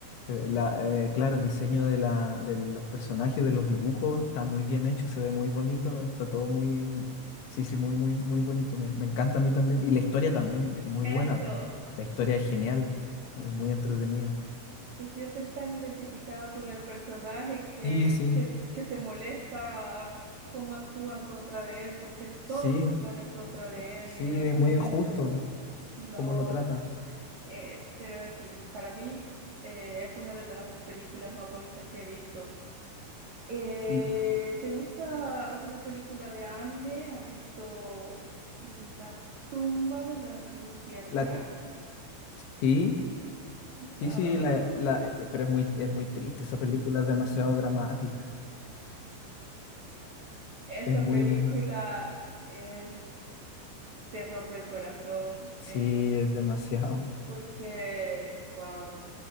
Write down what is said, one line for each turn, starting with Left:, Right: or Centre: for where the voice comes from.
Left: Se- la- eh, claro, el diseño de, la, de los personajes, de los dibujos, está muy bien hecho, se ve muy bonito, está todo muy, sí, sí, muy, muy, muy bonito. Me, me encanta a mí también. Y la historia también, es muy
Right: Eso.
Left: buena. La historia es genial, es muy entretenida.
Right: Te sientes tan identificado con el personaje que,
Left: Sí, sí.
Right: que, que te molesta cómo actúan contra de él, porque todos
Left: Sí,
Right: se ponen contra de él
Left: sí,
Right: y en algún
Left: es muy
Right: momento
Left: injusto
Right: no.
Left: cómo lo tratan.
Right: Eh, pero sí, para mí eh, es una de las películas más bonitas que he visto. Eh,
Left: Y
Right: ¿te gusta alguna película de anime? ¿Has visto La tumba de las luciérnagas?
Left: la, sí, sí,
Right: Ah,
Left: sí, la, la, eh, pero es muy, es muy triste, esa película es demasiado dramática.
Right: esa
Left: Es muy,
Right: película
Left: muy,
Right: es te rompe el corazón,
Left: sí,
Right: es
Left: es demasiado.
Right: porque, wow,